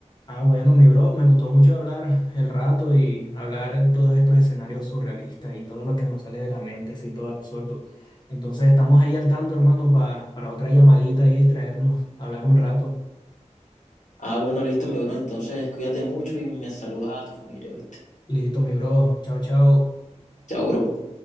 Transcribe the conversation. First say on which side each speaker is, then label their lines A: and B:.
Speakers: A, on the left (about 35°); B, on the left (about 75°).
A: Ah, bueno, mi bro, me gustó mucho hablar el rato y hablar en todos estos escenarios surrealistas y todo lo que nos sale de la mente, así todo absurdo. Entonces estamos ahí al tanto, hermano, pa- para otra llamadita y distraernos, hablar un rato.
B: Ah, bueno, listo, mi bro. Entonces, cuídate mucho y me saludas a tu familia, ¿viste?
A: Listo, mi bro. Chao, chao.
B: Chao, bro.